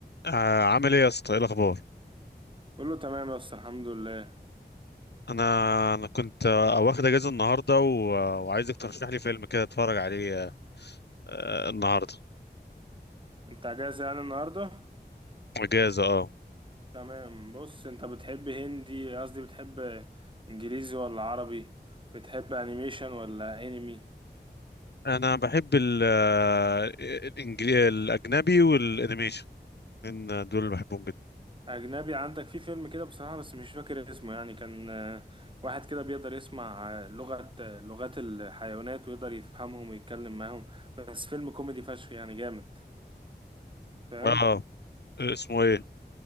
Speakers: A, on the left (about 70°); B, on the right (about 30°).
A: آه عامل ايه يا اسطى ايه الاخبار
B: كله تمام بس الحمد لله
A: انا انا كنت آه، واخد اجازه النهارده و... آه، وعايزك ترشح لي فيلم كده اتفرج عليه آه آه، النهارده
B: انت اجازة يعني النهاردة
A: اجازه اه
B: تمام بص انت بتحب هندي قصدي بتحب انجليزي ولا عربي بتحب انيميشن ولا انمي
A: انا بحب ال آه، الانجلي... الاجنبي والانيميشن ان دول اللي بحبهم جدا
B: اجنبي عندك في فيلم كده بصراحة بس مش فاكر اسمه يعني كان آه، واحد كده بيقدر يسمع آه، لغة آه، لغات الحيوانات ويقدر يفهمهم ويتكلم معاهم بس فيلم كوميدي فشخ يعني جامد فاهم
A: اه اسمه ايه